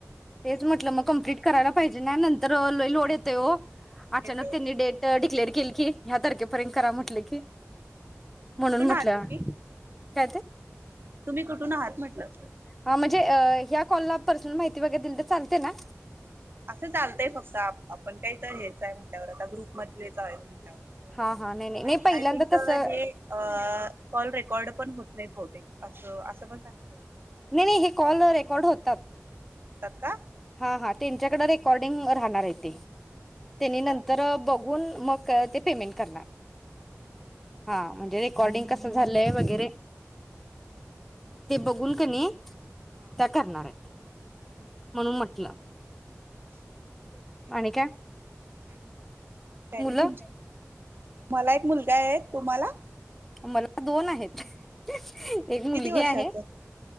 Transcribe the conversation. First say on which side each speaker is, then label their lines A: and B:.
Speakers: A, in the centre; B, on the right (about 45°).
A: तेच म्हटलं मग कमप्लीट करायला पाहिजे. नाही नंतर लय लोड येतय, हो अचानक
B: येतो
A: त त्यांनी
B: येतो
A: डेट डिक्लेअर केल की, ह्या तारखेपर्यत करा म्ह म्हटलं की, म्हणून
B: कुठून
A: म्हटल.
B: आहात तुम्ही
A: काय ते?
B: तुम्ही कुठून आहात म्हटलं.
A: हा म्हणजे ह्या कॉलला पर्सनल माहिती वैगरे दिली. तर चालते ना,
B: असं चालतंय फक्त आपण काही तर हेच आहे. म्हण म्हटल्यावर आता ग्रुपमधलेच आहेत.
A: हा हा नाही नाही नाही
B: आणि
A: पहिल्यांदा
B: आय थिंक
A: तसं
B: हे काॅल रेकॉर्ड कोर्ड पण होत नाही. बहुतेक अस असं पण सांगित
A: नाही, नाही हे कॉल रेकॉर्ड होतात.
B: होतात का?
A: हा हा त्यांच्याकडे रेकॉर्डिंग राहणार आहे ते, त्यांनी
B: आहे
A: नंतर
B: का हा
A: बघून, मग ते पेमेंट करणार.
B: <inaudible>
A: हा म्हणजे रेकॉर्डिंग झालंय वगैरे, ते बघून, कणी
B: हा
A: त्या करणार आहेत. म्हणून म्हटलं.
B: अ् ठीक आहे, ठीक आहे चालेल
A: आणि काय
B: ना. आणि काय
A: मुलं
B: नाही तुमच्या मला एक मुलगा आहे. तुम्हाला
A: मला दोन आहेत. एक मुलगी
B: किती वर्षाचं.
A: आहे